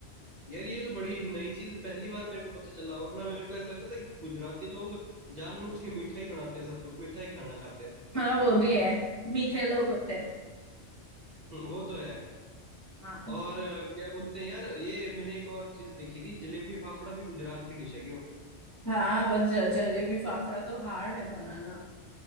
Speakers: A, on the right; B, on the left.
A: यार ये तो बड़ी नई चीज पहली बार मेरे को पता चला वरना मेरे को ऐसा लगता था कि गुजराती लोग जानबूझ के मीठा ही बनाते हैं सब कुछ मीठा ही खाना खाते हैं
B: हाँ वो भी है मीठे लोग होते हैं
A: <laughs> हम्म, वो तो है
B: हाँ
A: और अ, क्या बोलते हैं यार ये मैंने एक और चीज देखी थी जलेबी फाफड़ा भी गुजरात की डिश है क्यों
B: हाँ पर ज- जलेबी फाफड़ा तो हार्ड है बनाना